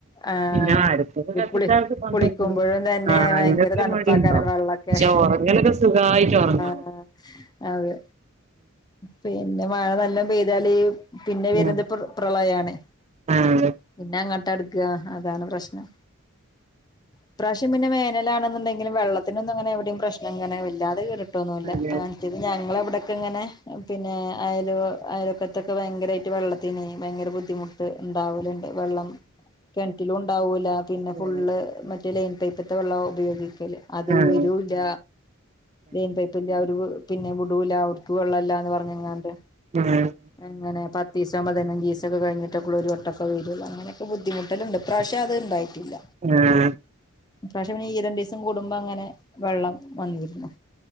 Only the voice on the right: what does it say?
പിന്നെ അടുപ്പൊക്കെ കത്തിക്ക
വല്യ പണിയല്ലേ
ആ
ഇതൊക്കെ
മടിയിണ്ടാവും.
പക്ഷെ ഉറങ്ങലൊക്കെ സുഖായിട്ട് ഉറങ്ങ
ഉം
ആഹ്
അതെ
ആഹ്
ആഹ്
ആഹ് ആഹ്
ആഹ്